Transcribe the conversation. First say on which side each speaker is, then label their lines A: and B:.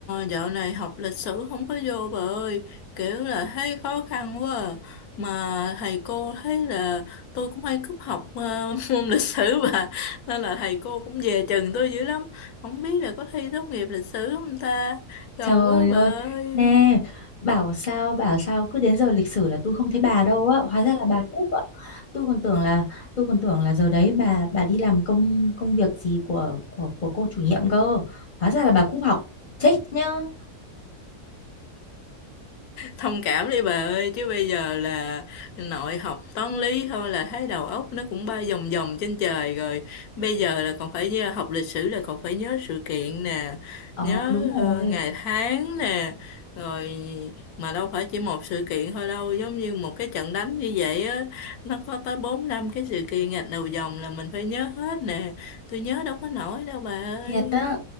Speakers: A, on the left; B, on the left.
A: dạo này học lịch sử không có vô bà ơi, kiểu là thấy khó khăn quá à. Mà thầy cô thấy là tôi cũng hay cúp học ờ, <laughs> môn lịch sử bà, nên là thầy cô cũng dè chừng tôi dữ lắm. Không biết là có thi tốt nghiệp lịch sử không ta, gầu
B: Trời
A: quá
B: ơi,
A: bà ơi.
B: nè, bảo sao bảo sao cứ đến giờ lịch sử là tôi không thấy bà đâu á, hóa ra là bà cúp á. Tôi còn tưởng là tôi còn tưởng là giờ đấy bà bà đi làm công công việc gì của của của cô chủ nhiệm cơ. Hóa ra là bà cúp học. Chết nhá.
A: thông cảm đi bà ơi chứ bây giờ là nội học toán lý thôi là thấy đầu óc nó cũng bay vòng vòng trên trời rồi bây giờ là còn phải nhớ- học lịch sử là còn phải nhớ sự kiện nè
B: Ờ
A: nhớ
B: đúng rồi.
A: ờ, ngày tháng nè rồi mà đâu phải chỉ một sự kiện thôi đâu giống như một cái trận đánh như vậy á nó có tới bốn năm cái sự kiện gạch đầu dòng là mình phải nhớ hết nè tôi nhớ đâu có nổi đâu bà ơi
B: Thiệt á,